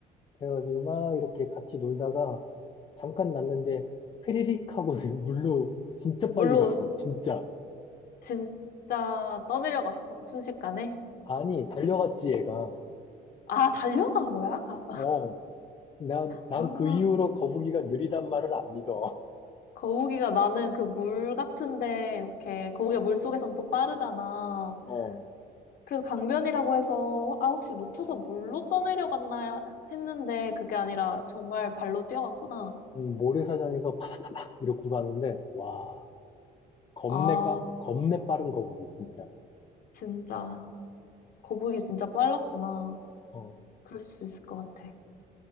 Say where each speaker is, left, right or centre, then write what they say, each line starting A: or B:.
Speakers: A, on the left; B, on the left.
A: 그래가지고 막 이렇게 같이 놀다가 잠깐 났는데 휘리릭 하고 <laughs> 물로 진짜
B: 물로
A: 빨리 갔어. 진짜.
B: 진짜 떠내려갔어, 순식간에.
A: 아니, 달려갔지, 얘가.
B: 아, 달려간 거야? 가-
A: 어, 난, 난
B: 아,
A: 그 이후로 거북이가 느리단 말을 안 믿어.
B: 거북이가 나는 그 물 같은데, 이렇게, 거북이가 물 속에선 또 빠르잖아.
A: <laughs> 어,
B: 그래서 강변이라고 해서 아 혹시 놓쳐서 물로 떠내려갔나 했는데 그게 아니라 정말 발로 뛰어갔구나.
A: 음, 모래사장에서 팍 이러고 가는데, 와, 겁내
B: 아
A: 까, 겁내 빠른 거북이, 진짜.
B: 진짜 거북이 진짜 빨랐구나.
A: 어,
B: 그럴 수 있을 것 같아.